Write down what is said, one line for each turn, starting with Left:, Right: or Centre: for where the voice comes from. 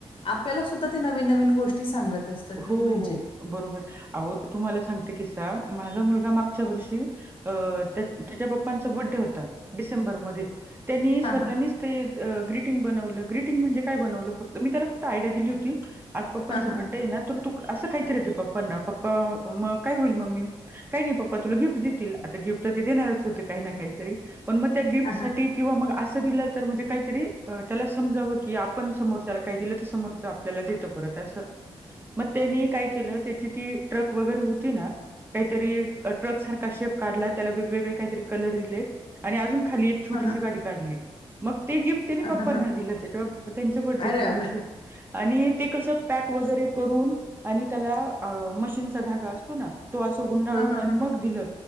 Left: आपल्याला सुद्धा ते, नवीन नवीन गोष्टी सांगत असतात
Right: हो,
Left: मेन म्हणजे.
Right: हो. बरोबर अहो तुम्हाला सांगते किसा, माझा मुलगा मागच्या वर्षी. अ.. त्या त्याच्या पप्पांचा बर्डे होता, डिसेंबरमध्ये त्यांनी स्वतःनीच.
Left: हां, हां,
Right: ते ग्रीटीग बनवल. ग्रीटिंग म्हणजे काय बनवलं फक्त मी त्याला फक्त आयडिया दिली होती. पप्पांचं
Left: हां, हां,
Right: बड्डे आहे ना. तर तू असं काहीतर दे पप्पांना पप्पा मग काय होईल मम्मी, काही नाही पप्पा तुला गिफ्ट देतील. आता गिफ्ट तर ते देणारच होते काही ना काहीतरी पण मग त्या गिफ्टसाठी
Left: हां, हां,
Right: किंवा मग असं दिलं तर म्हणजे काहीतरी त्याला समजावं. की आपण समोरच्याला काही दिलं ते समोरच आपल्याला देतो परत असं. मग त्यानी काय केलं त्याची ती ट्रक वगैरे होती ना. काहीतरी ट्रकसारखा शेप काढाला त्याला वेगवेगळे काहीतरी कलर दिले. आणि अजून खाली छोटीशी
Left: हां, हां,
Right: गाडी काढली. मग ते गिफ् त्यानी पप्पांना
Left: हां, हां,
Right: दिलं. त्याच्या त्यांच्या बर्थडेच्या
Left: अरे
Right: दिवशी
Left: हां,
Right: आणि ते कस पॅक वगैरे करून आणि त्याला मशीनचा धागा असतो ना. तो असं गुंडाळून
Left: हां,
Right: आणि
Left: हां,
Right: मग दिलं.